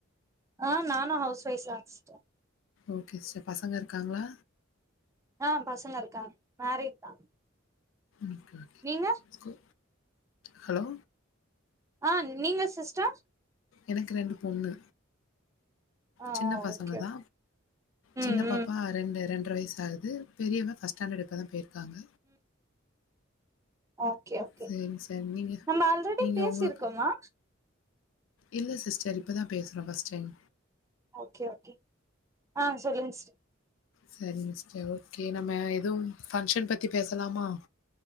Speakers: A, on the right; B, on the left.
A: ஆஹ் நானு ஹவுஸ் ஒய்ஃப் தா சிஸ்டர்
B: ஓகே சிஸ்டர் பசங்கருக்காங்களா
A: அஹ் பசங்க இருக்காங்க மேரீட் தா
B: ஓகே ஓகே
A: நீங்க
B: ஸ்கூ ஹலோ
A: அ நீங்க சிஸ்டர்
B: எனக்கு ரெண்டு பொண்ணு
A: ஆ
B: சின்ன பசங்க
A: ஓகே
B: தா சின்ன
A: ம்
B: பாப்பா
A: ம்
B: ரெண்டு ரெண் டர வயஸாகுது பெரியவ ஃபர்ஸ்ட் ஸ்டாண்டட் இப்பதா போயிர் க்காங்க
A: ஓக்கே ஓக்கே
B: சரிங்க சார் நீங்க
A: நம்ம ஆல்ரெடி
B: நீங்க
A: பேசிருக்கோமா
B: உங்களுக்கு இல்ல சிஸ்டர் இப்பதா பேசுறோ ஃபர்ஸ்ட் டைம்
A: ஓகே ஓகே ஆ சொல்லுங்க சிஸ்டர்
B: சரிங் சிஸ்டர் ஓகே நம்ம எதுவு பங்ஷன் பத்தி பேசலாமா